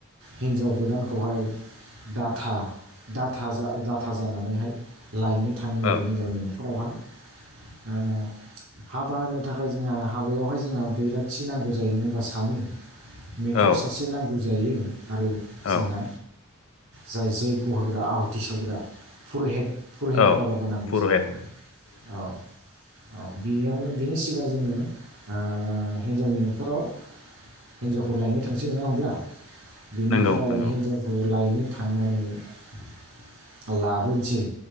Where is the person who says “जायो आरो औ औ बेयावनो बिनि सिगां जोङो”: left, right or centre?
Right